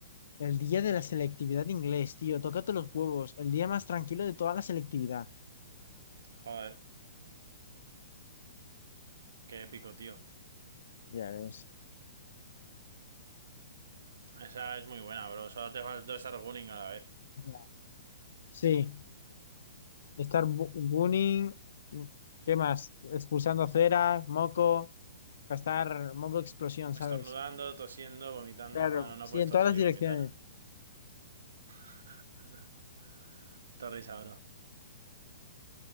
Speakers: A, on the left (about 55°); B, on the right (about 75°).
A: El día de la selectividad de inglés, tío, tócate los huevos, el día más tranquilo de toda la selectividad.
B: Joder, qué épico, tío.
A: Ya ves.
B: Esa es muy buena, bro. Solo te faltó estar gunning a la vez.
A: Ya. Sí, estar bu- bullying, ¿qué más? Expulsando cera, moco, gastar moco explosión, ¿sabes?
B: Estornudando, tosiendo, vomitando.
A: Claro.
B: Ah, no, no
A: Sí,
B: puedes
A: en
B: toser
A: todas las
B: y
A: direcciones.
B: vomitar. <laughs> Te ríes ahora.